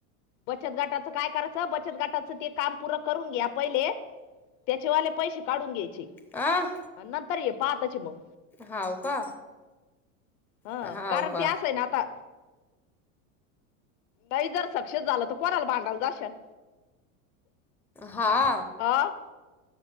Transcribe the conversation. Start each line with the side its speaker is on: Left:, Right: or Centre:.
Left: बचत गटाचं काय कराचं. बचत गटाचं ते काम पूरं करून घ्या पहिले. त्याचेवाले पैसे काढून घ्यायचे.
Centre: अ,
Left: नंतर ये. पा आताची मग
Centre: हा का,
Left: ह
Centre: हाव
Left: कारण
Centre: का
Left: ते अस आहे ना आता, नाही जर सक्सेस झालं त कोणाला भांडाला जाशाल.
Centre: हा,
Left: आ,